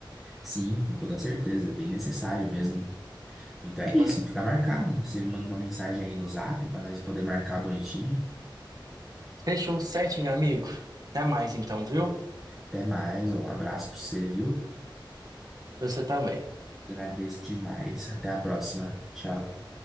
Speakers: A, in the centre; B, on the right.
A: Sim, com toda certeza, é bem necessário mesmo. Então é isso,
B: né?
A: fica marcado. Você me manda uma mensagem aí no Zap para nós poder marcar bonitinho.
B: Fechou certinho, amigo. Até mais então, viu?
A: Até mais, um abraço para você, viu?
B: Você também.
A: Agradeço demais. Até a próxima. Tchau.